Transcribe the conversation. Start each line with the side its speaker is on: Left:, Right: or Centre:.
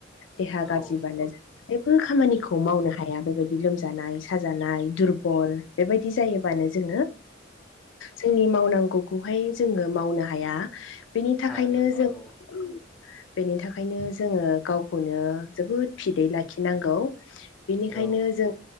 Left: देहा
Centre: औ
Left: गाज्रिबानो
Centre: औ
Left: जेबो खामानिखौ मावनो हाया बेबायदि लोमजानाय साज जानाय दुरबल बेबायदि जायोबानो जोङो जोंनि मावनांगौखौहाय जोङो मावनो हाया। बेनि थाखायनो
Centre: हाया जायो
Left: जों ओम।
Centre: औ
Left: बेनि थाखायनो जोङो गावखौनो जोबोद फिदै लाखिनांगौ। बेनिखायनो
Centre: औ
Left: जों